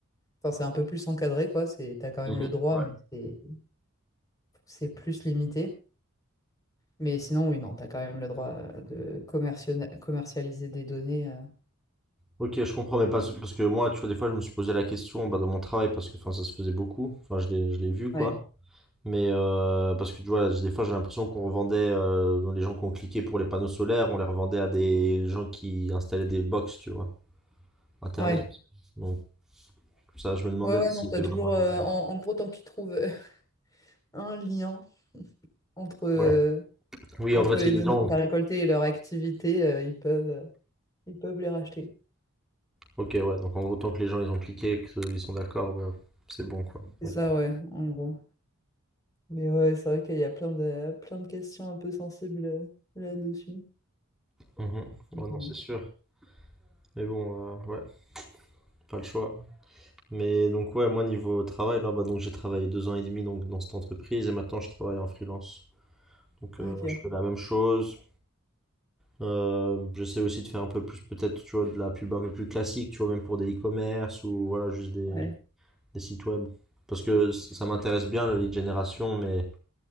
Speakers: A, on the left; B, in the centre.
A: Enfin, c'est un peu plus encadré, quoi. C'est, t'as quand même
B: Mhm.
A: le droit,
B: Ouais.
A: mais c'est c'est plus limité. Mais sinon, oui, non, tu as quand même le droit euh, de commerciona- commercialiser des données. euh.
B: Ok, je comprends, mais parce, parce que moi, tu vois, des fois, je me suis posé la question bah, dans mon travail parce que enfin, ça se faisait beaucoup. Enfin, je l'ai, je l'ai vu quoi.
A: Ouais,
B: Mais euh, parce que tu vois, des fois, j'ai l'impression qu'on revendait euh, les gens qui ont cliqué pour les panneaux solaires, on les revendait à des gens qui installaient des box, tu vois. Internet.
A: ouais,
B: Donc ça, je me demandais
A: ouais, ouais,
B: si
A: non, t'as
B: c'était
A: toujours,
B: vraiment lui.
A: euh, en, en gros, tant qu'ils trouvent euh, <laughs> un lien entre, euh,
B: Ouais. Oui,
A: entre
B: en vrai, si
A: les
B: les
A: données
B: gens...
A: que tu as récoltées et leur activité, euh, ils peuvent, euh, ils peuvent les racheter.
B: Ok, ouais, donc en gros, tant que les gens, ils ont cliqué et qu'ils sont d'accord, ouais, c'est bon, quoi.
A: C'est
B: Ouais,
A: ça, ouais, en gros. Mais ouais, ouais, c'est vrai qu'il y a plein de, plein de questions un peu sensibles euh, là-dessus.
B: Mhm.
A: Donc,
B: Ouais, non,
A: euh,
B: c'est sûr. Mais bon, euh, ouais, pas le choix. Mais donc, ouais, moi, niveau travail, là, bah, donc j'ai travaillé deux ans et demi donc, dans cette entreprise et maintenant, je travaille en freelance. Donc,
A: Ok,
B: euh, je fais la même chose. Euh, j'essaie aussi de faire un peu plus, peut-être, tu vois, de la pub un peu plus classique, tu vois, même pour des e-commerce ou, voilà, juste des
A: ouais.
B: des sites web. Parce que ça m'intéresse bien le lead generation, mais